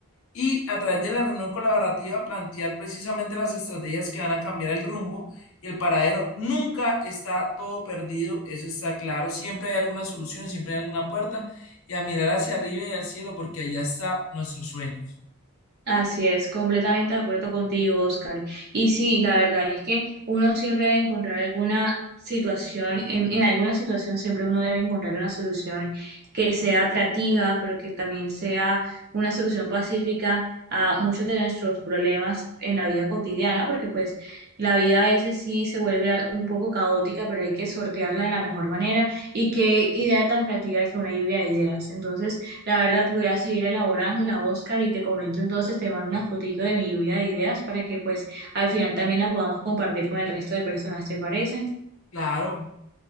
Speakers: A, on the left; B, on the right.
A: y a través de la reunión colaborativa plantear precisamente las estrategias que van a cambiar el rumbo y el paradero. Nunca está todo perdido, eso está claro, siempre hay alguna solución, siempre hay alguna puerta y a mirar hacia arriba y al cielo porque allá está nuestros sueños.
B: Así es, completamente de acuerdo contigo, Oscar. Y sí, la verdad es que uno siempre debe encontrar alguna situación, en, en alguna situación siempre uno debe encontrar una solución que sea atractiva, pero que también sea una solución pacífica a muchos de nuestros problemas en la vida cotidiana, porque pues la vida a veces sí se vuelve a- un poco caótica, pero hay que sortearla de la mejor manera. Y qué idea tan creativa que una lluvia de ideas. Entonces, la verdad, voy a seguir elaborando la Oscar y te comento entonces, te mando una fotico de mi lluvia de ideas para que pues al final también la podamos compartir con el resto de personas, ¿te parece?
A: Claro,